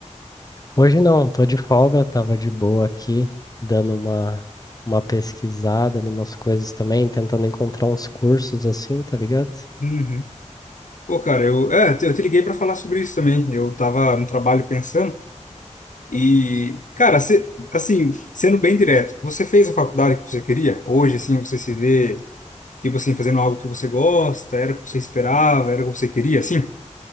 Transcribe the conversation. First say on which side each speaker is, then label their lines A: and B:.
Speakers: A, on the left (about 30°); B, on the left (about 85°).
A: Hoje não, tô de folga, tava de boa aqui, dando uma, uma pesquisada numas coisas também, tentando encontrar uns cursos assim, tá ligado?
B: Uhum. Pô, cara, eu, é, eu te eu te liguei pra falar sobre isso também. Eu tava no trabalho pensando e, cara, cê- assim, sendo bem direto, você fez a faculdade que você queria? Hoje, assim, você se vê, tipo assim, fazendo algo que você gosta, era o que você esperava, era o que você queria, assim?